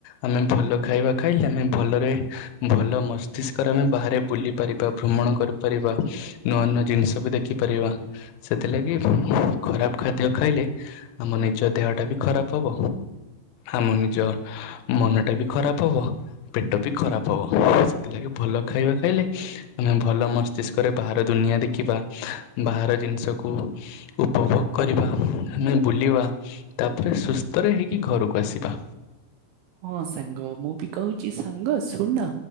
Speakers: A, on the left; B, on the right.
A: ଆମେ ଭଲ ଖାଇବା ଖାଇଲେ ଆମେ ଭଲରେ ଭଲ ମସ୍ତିଷ୍କରେ ଆମେ ବାହାରେ ବୁଲି ପାରିବା ଭ୍ରମଣ କରିପାରିବା ନୂଆ ନୂଆ ଜିନିଷକୁ ଦେଖିପାରିବା ସେଥିଲାଗି ଖରାପ ଖାଦ୍ୟ ଖାଇଲେ ଆମ ନିଜ ଦେହ ଟା ବି ଖରାପ ହବ ଆମ ନିଜ ମନ ଟା ବି ଖରାପ ହବ। ପେଟ ବି ଖରାପ ହବ ସେଥିଲାଗି ଭଲ ଖାଇବା ଖାଇଲେ ଆମେ ଭଲ ମସ୍ତ ବିଶେଷ କରି ବାହାର ଦୁନିଆ ଦେଖିବା ବାହାର ଜିନିଷକୁ ଉପଭୋଗ କରିବା। ଆମେ ବୁଲିବା ତାପରେ ସୁସ୍ଥରେ ହେଇକି ଘରକୁ ଆସିବା।
B: ହଁ ସାଙ୍ଗ ମୁଁ ବି କହୁଛି ସାଙ୍ଗ ଶୁଣନା